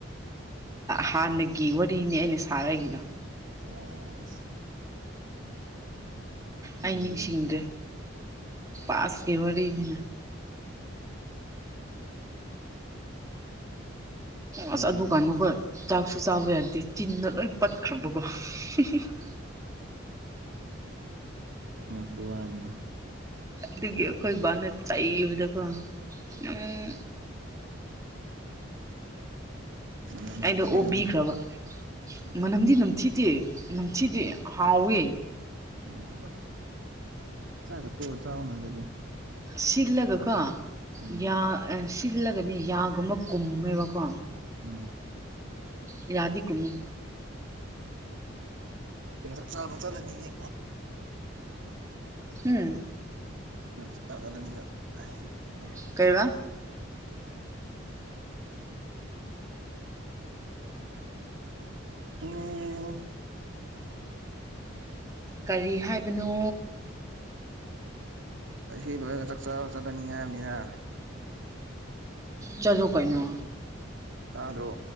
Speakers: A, on the right (about 15°); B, on the right (about 70°).
A: ꯍꯥꯟꯅꯒꯤ ꯋꯥꯔꯤꯅꯤ ꯑꯩꯅ ꯁꯥꯔꯛꯏꯗꯣ
B: ꯁꯦꯁ
A: ꯑꯩ
B: ꯅꯩꯔꯦꯅꯦ
A: ꯅꯤꯡꯁꯤꯡꯗ꯭ꯔꯦ ꯄꯥꯁꯀꯤ ꯋꯥꯔꯤꯅꯤꯅ
B: ꯐꯩ
A: ꯑꯁ
B: ꯐꯩ
A: ꯑꯗꯨ ꯀꯥꯟꯗꯀꯣ ꯆꯥꯛꯁꯨ ꯆꯥꯕ ꯌꯥꯗꯦ ꯆꯤꯟꯗ ꯂꯣꯏ ꯄꯠꯈ꯭ꯔꯕꯒꯣ <unintelligible>
B: ꯑꯉꯛꯄ ꯋꯥꯅꯤ
A: ꯑꯗꯨꯒꯤ ꯑꯈꯣꯏ ꯕꯥꯅ ꯆꯩꯕꯗꯀꯣ ꯅꯪ
B: ꯃꯅꯝ
A: ꯑꯩꯗꯣ
B: ꯅꯝꯊꯤꯔꯝꯅꯤ
A: ꯑꯣꯕꯤꯈ꯭ꯔꯕ
B: ꯎꯝ
A: ꯃꯅꯝꯗꯤ ꯅꯝꯊꯤꯗꯦ ꯅꯝꯊꯤꯗꯦ ꯍꯥꯎꯋꯦ
B: ꯑꯣ ꯑꯁ ꯆꯥꯛꯒ ꯇꯣꯛꯑ ꯆꯧꯅ ꯑꯗꯨꯗꯤ
A: ꯁꯤꯜꯂꯒ ꯀꯣ
B: ꯎꯝ
A: ꯌꯥ ꯁꯤꯜꯂꯒꯅꯤ ꯌꯥꯒꯨꯝꯕ ꯀꯨꯝꯃꯦꯕꯀꯣ
B: ꯎꯝ
A: ꯌꯥꯗꯤ ꯀꯨꯝꯃꯦ
B: ꯆꯛ ꯆꯥꯕ ꯆꯠꯂꯅꯤꯅꯦ
A: ꯍꯝ
B: ꯆꯥꯛ ꯆꯕ ꯆꯠꯂꯅꯤꯕ <unintelligible>
A: ꯀꯩꯕ
B: ꯎꯝ
A: ꯀꯔꯤ ꯍꯥꯏꯕꯅꯣ
B: ꯑꯁꯤ ꯂꯣꯏꯒ ꯆꯥꯛꯆꯥꯥꯕ ꯆꯠꯂꯅꯤ ꯍꯥꯏꯕꯅꯤꯗ
A: ꯆꯠꯂꯣ ꯀꯩꯅꯣ
B: ꯇꯥꯗ꯭ꯔꯣ